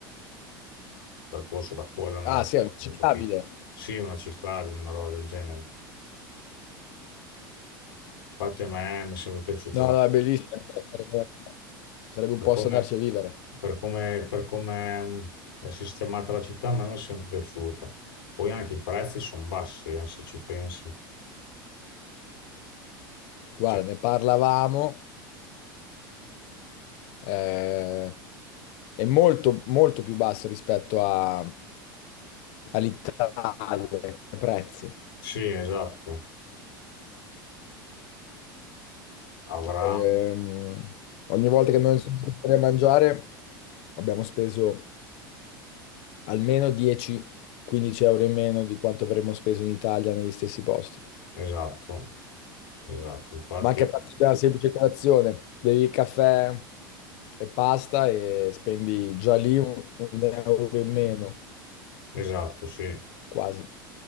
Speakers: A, on the left; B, on the left.
A: percorso da correre, andare
B: Ah,
A: a
B: sì, è
A: correre,
B: visitabile.
A: capito? Sì, una ciclabile, una roba del genere. Infatti a me mi è sempre piaciuta
B: No,
A: va-
B: no, è bellissimo. Sarebbe, sarebbe un
A: per
B: posto
A: come,
B: andarci a vivere.
A: per come, per come mh, è sistemata la città, a me mi è sempre piaciuta. Poi anche i prezzi sono bassi, eh, se ci pensi.
B: Guarda,
A: Cioè,
B: ne parlavamo. eh, è molto, molto più basso rispetto a- all'Italia, come prezzi.
A: sì, esatto, avrà,
B: Ehm, ogni volta che noi siamo andati fuori a mangiare abbiamo speso almeno 10-15 euro in meno di quanto avremmo speso in Italia negli stessi posti.
A: esatto, esatto, infatti,
B: Ma anche a partire da una semplice colazione, bevi il caffè e pasta e spendi già lì un, un euro in meno,
A: esatto, sì.
B: quasi.